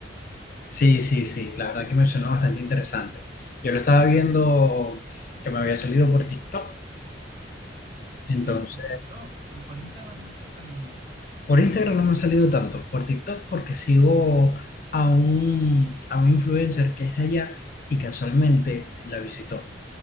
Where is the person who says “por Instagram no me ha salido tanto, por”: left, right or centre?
Left